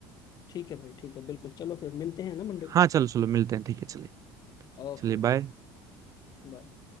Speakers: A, on the left (about 45°); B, on the right (about 40°).
A: ठीक है भाई ठीक है बिल्कुल चलो फिर मिलते हैं ना मंडे को
B: हाँ चलो चलो मिलते हैं ठीक है चलिए
A: Okay
B: चलिए बाय
A: bye